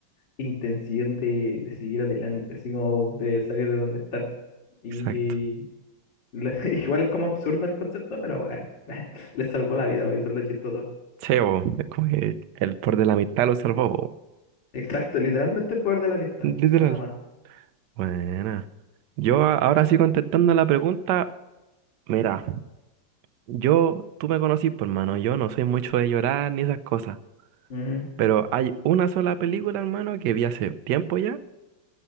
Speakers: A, on the left (about 65°); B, on the right (about 70°).
A: intención de, de seguir adelante, así como de salir de donde están. Y
B: exacto.
A: la- <laughs> igual es como absurdo el concepto, pero bueno, bueno, les salvó la vida, hoy son los chistosos.
B: Sí, bo, es como que el por de la mitad lo salvó, bo.
A: Exacto, literalmente el poder de la amistad,
B: Literal.
A: nada más.
B: Buena. Yo a- ahora sí contestando la pregunta, mira, yo, tú me conocís, pues, hermano, yo no soy mucho de llorar ni esas cosas,
A: Ujú.
B: pero hay una sola película, hermano, que vi hace tiempo ya,